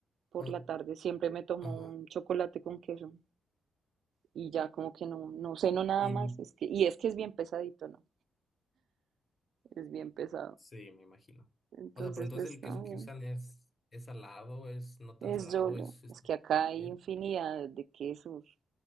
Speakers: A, on the right (about 70°); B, on the left (about 30°).
A: por
B: O-
A: la tarde siempre me tomo
B: ajá.
A: un chocolate con queso y ya como que no, no ceno nada
B: sí
A: más. Es que, y es que es bien pesadito, ¿no? Es bien pesado.
B: sí, me imagino.
A: Entonces,
B: O sea, pero entonces
A: pues
B: el
A: está
B: queso
A: bien.
B: que usan es, es salado, es no tan
A: Es
B: salado,
A: doble,
B: es este,
A: es que acá
B: suave.
A: hay infinidad de quesos,